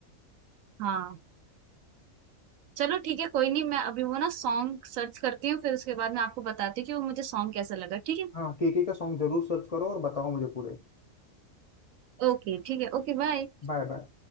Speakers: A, on the right (about 80°); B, on the left (about 50°).
A: हाँ चलो ठीक है कोई नहीं मैं अभी वो ना सॉन्ग सर्च करती हूँ फिर उसके बाद मैं आपको बताती हूँ कि वो मुझे सॉन्ग कैसा लगा ठीक है
B: हाँ केके का सॉन्ग जरूर सर्च करो और बताओ मुझे पूरे
A: ओके ठीक है ओके बाय
B: Bye bye